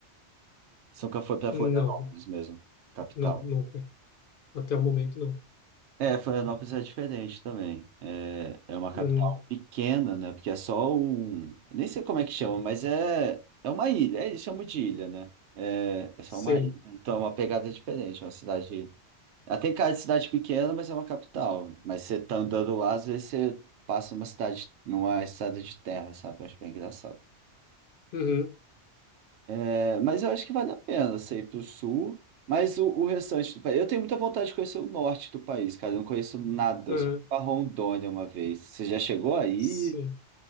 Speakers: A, on the right; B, on the left.
A: Você nunca foi para
B: Não,
A: Florianópolis mesmo, capital.
B: não, nunca. Até o momento, não.
A: É, Florianópolis é diferente também. É, é uma capital
B: Uhum,
A: pequena, né? Porque é só um. Nem sei como é que chama, mas é, é uma ilha. É, Eles chamam de ilha, né? É, é só
B: sim.
A: uma ilha. né? Então é uma pegada diferente. é Uma cidade. Ela tem cara de cidade pequena, mas é uma capital. Mas você tá andando lá, às vezes você passa numa cidade, numa estrada de terra, sabe? Eu acho bem engraçado.
B: Uhum,
A: É, mas eu acho que vale a pena você ir pro sul, mas o, o restante do país. Eu tenho muita vontade de conhecer o norte do país, cara. Eu não conheço nada,
B: uhum,
A: eu só fui pra Rondônia uma vez. Você já chegou aí?
B: sim.